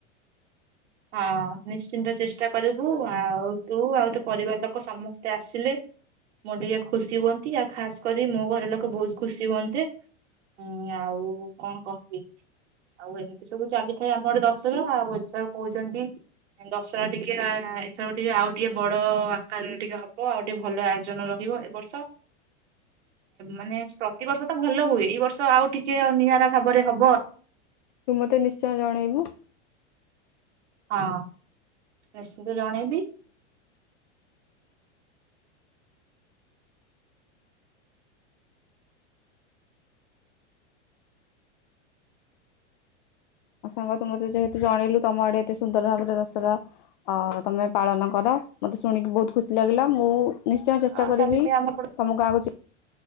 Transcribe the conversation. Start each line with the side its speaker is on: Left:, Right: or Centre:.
Right: ହଁ ନିଶ୍ଚିନ୍ତ ଚେଷ୍ଟା କରିବୁ ଆଉ ତୁ ଆଉ ତୋ ପରିବାର ଲୋକ ସମସ୍ତେ ଆସିଲେ ମୋର ଟିକେ ଖୁସି ହୁଅନ୍ତି ଆଉ ଖାସ କରି ମୋ ଘର ଲୋକ ବହୁତ ଖୁସି ହୁଅନ୍ତେ ଉଁ ଆଉ କଣ କହିବି ଆଉ ଏମିତି ସବୁ ଚାଲିଥାଏ ଆମର ଦଶହରା ଆଉ ଏଥର କହୁଛନ୍ତି ଦଶହରା ଟିକେ ଏଥର ଟିକେ ଆଉ ଟିକେ ବଡ ଆକାରରେ ଟିକେ ହବ ଆଉ ଟିକେ ଭଲ ଆୟୋଜନ ରହିବ ଏ ବର୍ଷ ମାନେ ପ୍ରତିବର୍ଷ ତ ଭଲ ହୁଏ ଏଇ ବର୍ଷ ଆଉ ଟିକେ ନିଆରା ଭାବରେ ହବ ଆଉ।
Left: ତୁ ମତେ ନିଶ୍ଚ ଚୟ ଜଣେଇବୁ
Right: ହଁ ନିଶିନ୍ତ ଜଣେଇବି।
Left: ଆ ସାଙ୍ଗ ତୁ ମତେ ଯେହେତୁ ଜଣେଇଲୁ ତମ ଆଡେ ଏତେ ସୁନ୍ଦର ଭାବରେ ଦଶହରା ଅ ତମେ ପାଳନ କର ମତେ ଶୁଣିକି ବହୁତ ଖୁସି ଲାଗିଲା ମୁଁ। ନିଶ୍ଚୟ ଚେଷ୍ଟା
Right: ଆଉ
Left: କରିବି
Right: ଚାଲିଥାଏ ଆମ
Left: ତମକୁ ଗାଁ କୁ ଯି